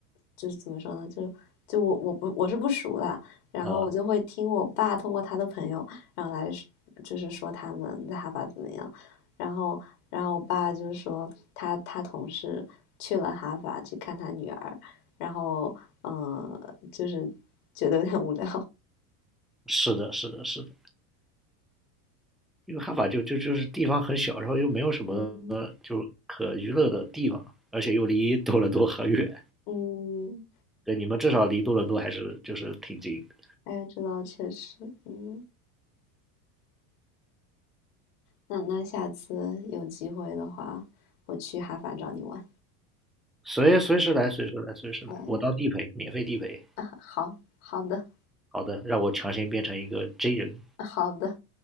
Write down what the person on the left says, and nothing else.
就是怎么说呢，就就我我不我是不熟的，然后我就会听我爸通过他的朋友，
然后来说就是说他们在哈法怎么样，然后然后我爸就是说他他同事去了哈法去看他女儿，然后嗯、呃就是觉得有点无聊，
<laughs> 嗯。
嗯，
嗯。哎，这倒确实，嗯，那那下次有机会的话，我去哈法找你玩。
哎，
<laughs> 好，好的，
好的，